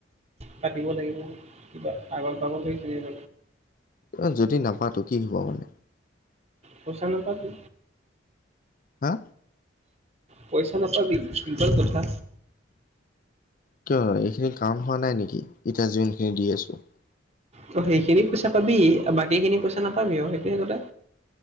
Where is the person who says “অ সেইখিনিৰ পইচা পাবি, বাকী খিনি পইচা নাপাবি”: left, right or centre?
Right